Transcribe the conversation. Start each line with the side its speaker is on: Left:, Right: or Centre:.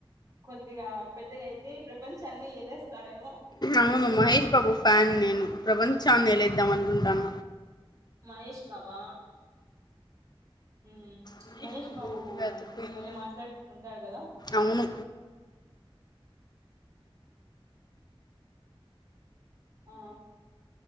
Right: కొద్దిగా పెద్దగా అయితే ప్రపంచాన్ని ఏలేస్తావేమో
Left: అవును మహేష్ బాబు ఫ్యాన్ నేను ప్రపంచాన్ని ఏలేద్దాం అనుకుంటాన
Right: మహేష్ బాబా ఉమ్
Left: ఫుల్
Right: మహేష్ బాబు
Left: బతికిపోయింది
Right: భలే మాట్లాడ్ తుంటాడు కదా
Left: అవును
Right: ఆ